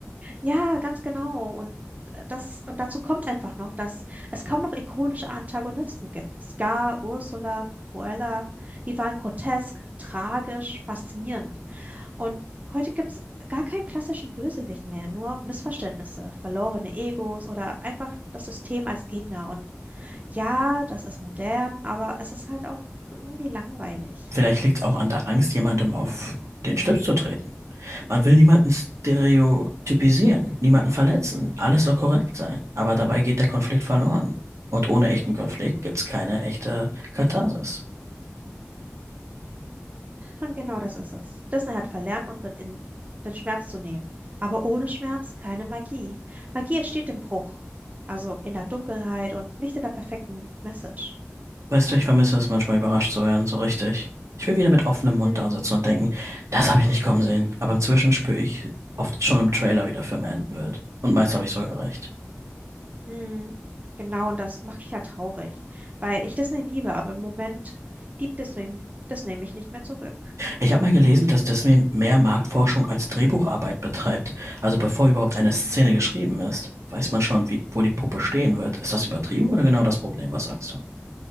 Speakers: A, on the right; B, on the right.
A: Ja, ganz genau. Und äh, das, und dazu kommt einfach noch, dass es kaum noch ikonische Antagonisten gibt. Scar, Ursula, Cruella, die waren grotesk, tragisch, faszinierend. Und heute gibt es gar keinen klassischen Bösewicht mehr, nur Missverständnisse, verlorene Egos oder einfach das System als Gegner. Und ja, das ist modern, aber es ist halt auch irgendwie langweilig.
B: Vielleicht liegt es auch an der Angst, jemandem auf den Schlips zu treten. Man will niemanden stereotypisieren, niemanden verletzen.
A: Mhm.
B: Alles soll korrekt sein. Aber dabei geht der Konflikt verloren. Und ohne echten Konflikt gibt's keine echte Katharsis.
A: Und genau das ist es. Disney hat verlernt, uns mit in den Schmerz zu nehmen. Aber ohne Schmerz keine Magie. Magie entsteht im Bruch. Also in der Dunkelheit und nicht in der perfekten Message.
B: Weißt du, ich vermisse es manchmal überrascht zu werden, so richtig. Ich will wieder mit offenem Mund
A: Hm,
B: da sitzen und denken, das habe ich nicht kommen sehen. Aber inzwischen spüre ich oft schon im Trailer, wie der Film enden wird. Und meist habe ich sogar recht.
A: hm. Genau, und das macht mich ja traurig. Weil ich Disney liebe, aber im Moment liebt Disney, Disney mich nicht mehr zurück.
B: Ich habe mal gelesen, dass Disney mehr Marktforschung als Drehbucharbeit betreibt. Also bevor überhaupt eine Szene geschrieben ist, weiß man schon, wie, wo die Puppe stehen wird. Ist das übertrieben oder genau das Problem? Was sagst du?